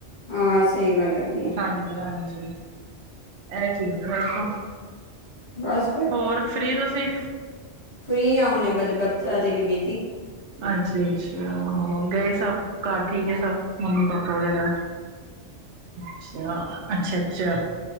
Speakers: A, on the left (about 70°); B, on the right (about 80°).
A: ਹਾਂ ਸਹੀ ਗੱਲ ਹੈਗੀ ਐ।
B: ਹਾਂਜੀ ਹਾਂਜੀ। ਇਹ ਚੀਜ਼ ਨੇ ਬਸ,
A: ਬਸ
B: ਹੋਰ ਫ੍ਰਰੀ ਤੁਸੀਂ।
A: ਫਰੀ ਆ ਹੁਣ ਬਸ ਬੱਚੇ ਆ ਜਾਏਗੇ ਬੀਜੀ।
B: ਅੱਛਾ- ਅੱਛਾ ਹੋਰ ਗਏ ਸਭ ਘਰ ਠੀਕ ਹੈ ਸਭ। ਮੰਮੀ ਪਾਪਾ ਵਗੈਰਾ, ਅੱਛਾ ਅੱਛਾ ਅੱਛਾ।